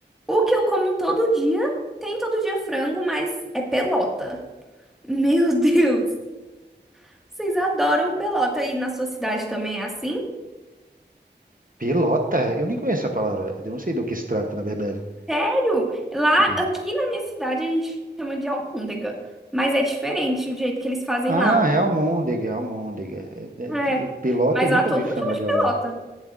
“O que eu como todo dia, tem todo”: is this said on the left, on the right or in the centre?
Centre